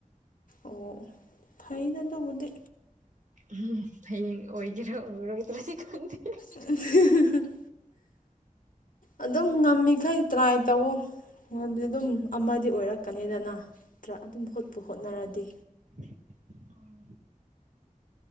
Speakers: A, on the left; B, on the right.
A: ꯑꯣ ꯐꯩꯅ ꯇꯕꯨꯗꯤ
B: ꯎꯝ ꯍꯌꯦꯡ ꯑꯣꯏꯒꯦꯔ ꯎꯔꯣꯏꯗ꯭ꯔꯗꯤ ꯈꯪꯗꯦ
A: <unintelligible> ꯑꯗꯨꯝ ꯉꯝꯃꯤꯈꯩ ꯇ꯭ꯔꯥꯏ ꯇꯧꯑꯣ ꯗꯤ ꯑꯗꯨꯝ ꯑꯃꯗꯤ ꯑꯣꯏꯔꯛꯀꯅꯤꯗꯅ ꯅꯠꯇ꯭ꯔ ꯑꯗꯨꯝ ꯍꯣꯠꯄꯨ ꯍꯣꯠꯅꯔꯗꯤ
B: ꯑ